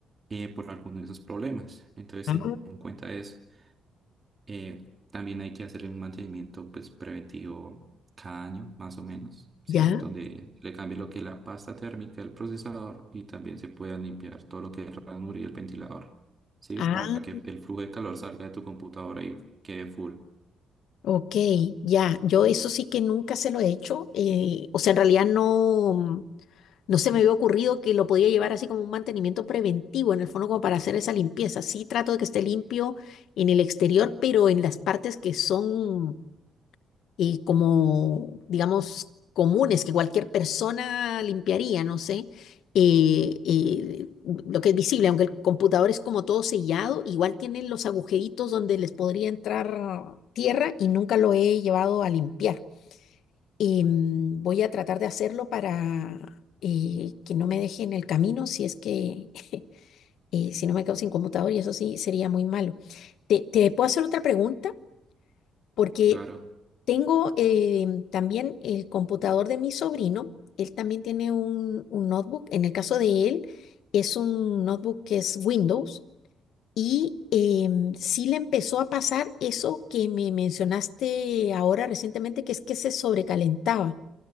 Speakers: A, on the right; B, on the left.
A: eh, por alguno de esos problemas. Entonces
B: Ah,
A: ten en cuenta eso. Eh, también hay que hacerle un mantenimiento pues preventivo cada año, más o menos, ¿sí?
B: ya.
A: Donde se le cambie lo que es la pasta térmica del procesador y también se pueda limpiar todo lo que es el ranura y el ventilador, ¿sí?
B: Ah,
A: Para que el flujo de calor salga de tu computadora y quede full.
B: ok, ya. Yo eso sí que nunca se lo he hecho. eh, o sea, en realidad no, no se me había ocurrido que lo podía llevar así como un mantenimiento preventivo, en el fondo como para hacer esa limpieza. Sí trato de que esté limpio en el exterior, pero en las partes que son y como, digamos, comunes que cualquier persona limpiaría, no sé. eh, eh, lo que es visible, aunque el computador es como todo sellado, igual tienen los agujeritos donde les podría entrar tierra y nunca lo he llevado a limpiar. Em, voy a tratar de hacerlo para eh, que no me deje en el camino si es que, <laughs> eh, si no me quedo sin computador y eso sí sería muy malo. ¿Te, te puedo hacer otra pregunta? Porque
A: Claro,
B: tengo eh, también el computador de mi sobrino. Él también tiene un, un notebook. En el caso de él, es un notebook que es Windows. Y em, sí le empezó a pasar eso que me mencionaste ahora recientemente, que es que se sobrecalentaba.